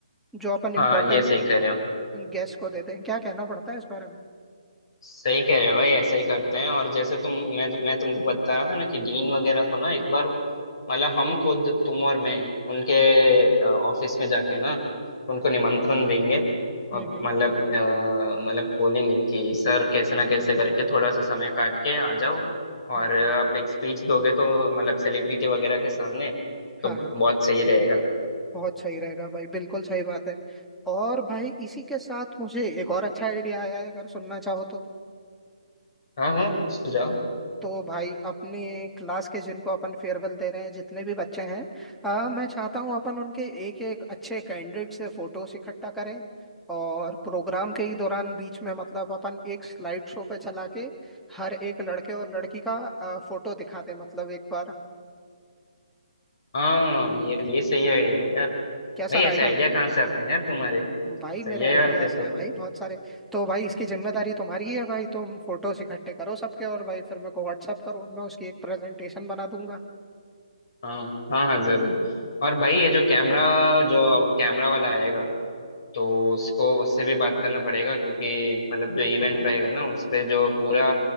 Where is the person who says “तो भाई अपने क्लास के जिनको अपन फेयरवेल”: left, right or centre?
Centre